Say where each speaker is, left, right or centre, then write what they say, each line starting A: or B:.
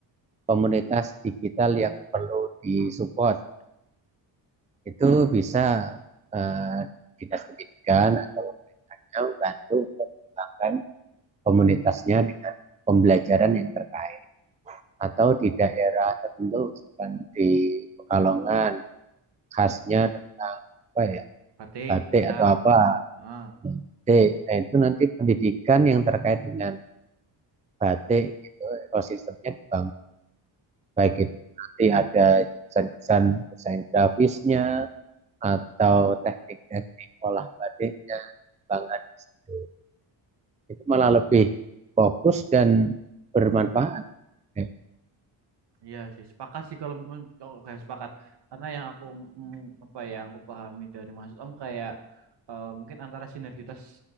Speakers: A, on the right; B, on the right.
A: komunitas digital yang perlu disupport itu bisa eh, dinas pendidikan atau pemerintahnya bantu untuk mengembangkan komunitasnya dengan pembelajaran yang terkait atau di daerah tertentu misalkan di Pekalongan khasnya tentang apa ya
B: batik
A: batik
B: misal.
A: atau apa
B: Ah.
A: batik nah, itu nanti pendidikan yang terkait dengan batik itu ekosistemnya dibangun baik itu nanti ada desain-desain desain grafisnya atau teknik-teknik olah batiknya bangga di situ itu malah lebih fokus dan bermanfaat ya,
B: Iya sih, sepakat sih kalau mem- oke sepakat. Karena yang aku mm, apa ya, yang aku pahami dari maksud Om kayak eh, mungkin antara sinergitas